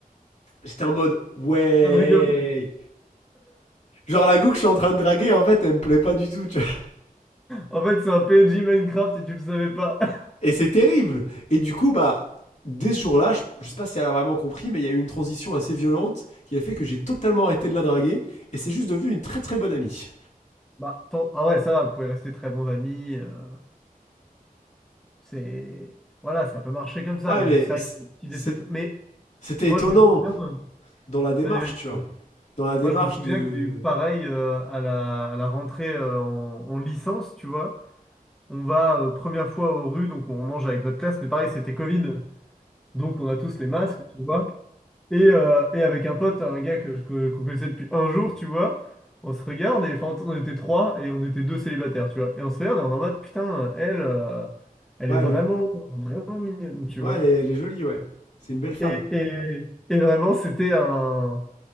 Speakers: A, on the left (about 50°); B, in the centre.
A: j'étais en mode ouais.
B: ça ne rigole plus.
A: Genre la go que je suis en train de draguer, en fait, elle me plaît pas du tout. tu vois.
B: En fait, c'est un PNJ Minecraft et tu le savais pas. <laughs>
A: Et c'est terrible. Et du coup, bah, dès ce jour-là, je, je sais pas si elle a vraiment compris, mais il y a eu une transition assez violente qui a fait que j'ai totalement arrêté de la draguer. Et c'est juste devenu une très très bonne amie.
B: Bah, tant- ah ouais, ça va, vous pouvez rester très bons amis. euh, C'est voilà, ça peut marcher comme ça,
A: Ouais,
B: mais
A: mais
B: je sais que c'est une petite
A: c'est-
B: déception. Mais
A: c'était
B: moi,
A: étonnant
B: je me souviens, euh,
A: dans la démarche,
B: vas-y, vas-y,
A: tu vois.
B: vas-y.
A: Dans la démarche
B: Moi, je me souviens
A: de.
B: que j'ai eu pareil euh, à la, à la rentrée euh, en, en licence, tu vois. On va euh, première fois aux rues, donc on mange avec notre classe, mais pareil, c'était Covid, donc on a tous les masques, tu vois. Et, euh, et avec un pote, un gars que, je- que- qu'on connaissait depuis un jour, tu vois, on se regarde, et enfin, on était trois et on était deux célibataires, tu vois. Et on se regarde et on est en mode, putain, elle, euh, elle
A: Ouais,
B: est vraiment,
A: elle est,
B: vraiment mignonne, tu
A: ouais,
B: vois.
A: elle est, elle est jolie, ouais. C'est une belle femme.
B: Et, et, et vraiment, c'était un,